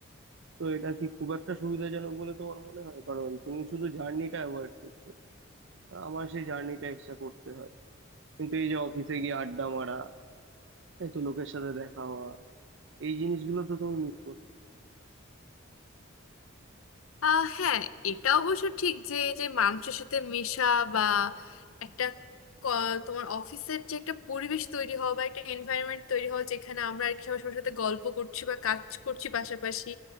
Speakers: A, on the right; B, on the left.
A: তো এটা কি খুব একটা সুবিধাজনক বলে তোমার মনে হয় কারণ তুমি শুধু জার্নিটা অ্যাভয়েড করছো আমার সেই জার্নিটা এক্সট্রা করতে হয় কিন্তু এই যে অফিসে গিয়ে আড্ডা মারা এই তো লোকের সাথে দেখা হওয়া এই জিনিসগুলো তো তুমি মিস করছো
B: আহ হ্যাঁ এটা অবশ্য ঠিক যে এই যে মানুষের সাথে মেশা বা একটা ক- তোমার অফিসের যে একটা পরিবেশ তৈরি হওয়া বা একটা এনভায়রনমেন্ট তৈরি হওয়া যেখানে আমরা আর কি সবার সবার সাথে গল্প করছি বা কাজ করছি পাশাপাশি